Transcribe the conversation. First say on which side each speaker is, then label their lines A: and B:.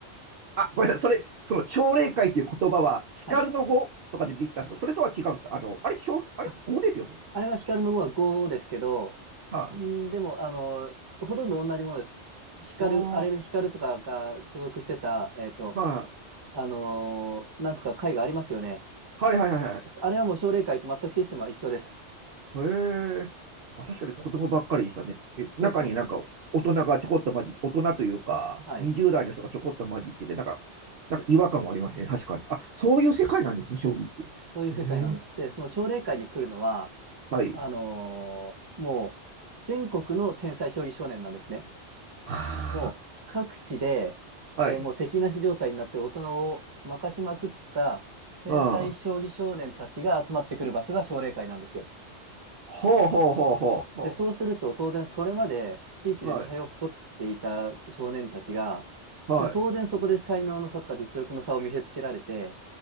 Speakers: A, on the right; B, on the right.
A: あ、ごめんなさい。それ、その奨励会っていう言葉は、光の語とかでできたんですけど、
B: はい。
A: それとは違うんですかあの、あれ、奨あれ、
B: あ、
A: 語ですよね。
B: あれは光の碁は5ですけど、
A: はい、
B: んでも、あの、ほとんど同じものです。光、
A: おー、
B: あれで光とかが所属してた、えーっと、
A: はい、
B: あのーなんとか会がありますよね。
A: はいはいはいは
B: あれはもう奨励会と全くシステムは一緒です。
A: い。へえ。あ、確かに子供ばっかりでしたね。え、
B: そうそう。
A: 中になんか大人がちょこっと混じって、大人というか、
B: はい。
A: 20代の人がちょこっと混じってて、なんか、なんか違和感がありましたね。確かに。あ、そういう世界なんですね、将棋って。
B: そういう世界なんです。
A: へえ。
B: で、その奨励会に来るのは、
A: はい。
B: あのーもう、全国の天才将棋少年なんですね。
A: は
B: もう、各地で、
A: あはい。
B: えーもう敵なし状態になって大人を負かしまくった天才将棋少年たちが集まってくる場所が奨励会なんですよ。
A: うん。ほうほうほうほうほ
B: で、そうすると当然それまで地域で無敗を誇っていた少年たちが、
A: う。はい。は
B: まあ当然そこで才能の差とか実力の差を見せつけられて、